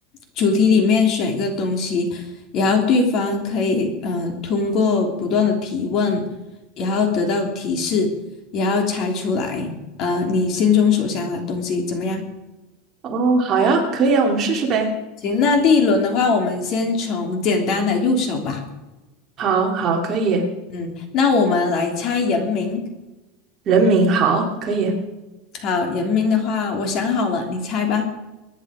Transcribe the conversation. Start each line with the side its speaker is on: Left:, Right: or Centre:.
Left: 主题里面选一个东西，然后对方可以呃通过不断的提问，然后得到提示，然后猜出来呃你心中所想的东西，怎么样？
Right: 哦，好呀，可以啊，我们试试呗。
Left: 行，那第一轮的话，我们先从简单的入手吧。
Right: 好，好，可以。
Left: 嗯，那我们来猜人名。
Right: 人名，好，可以。
Left: 好，人名的话，我想好了，你猜吧。